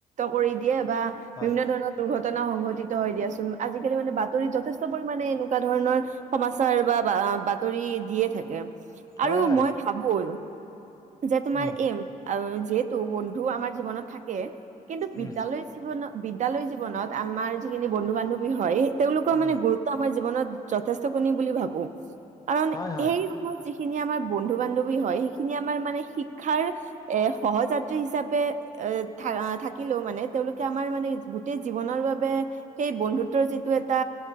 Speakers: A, on the right (about 55°); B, on the left (about 25°).
A: কৰি দিয়ে। বা
B: হয়
A: বিভিন্ন ধৰণৰ দুৰ্ঘটনা। ঘটনা সংঘটিত হয় দিয়াচোন। আজিকালি মানে বাতৰিত যথেষ্ট পৰিমমানে এনেকুৱা ধৰণৰ সমাচাৰ বা -বা বাতৰি দিয়ে থাকে।
B: হয়
A: আৰু
B: হয়
A: মই ভাবো যে তোমাৰ
B: উম
A: এইম যিহেতু বন্ধু আমাৰ জীৱনত থাকে। কিন্তু বিদ্যালয়
B: উম
A: জীৱনত বিদ্যালয় জীৱনত আমাৰ যিখিনি বন্ধু -বান্ধৱী হয় তেওঁলোকৰ মানে
B: উম
A: গুৰুত্ব আমাৰ জীৱনত। যথেষ্ট কিন বুলি ভাবো। কাৰণ
B: হয় হয়
A: এই সময়ত যিখিনি সেই খিনি আমাৰ বন্ধু -বান্ধৱী হয় সেইখিনি আমাৰ মানে শিক্ষাৰ এই সহযাত্ৰী হিচাপে এ থাকিলেও মানে। তেওঁলোকে আমাৰ মানে গোটেই জীৱনৰ বাবে সেই বন্ধুত্বৰ যিটো এটা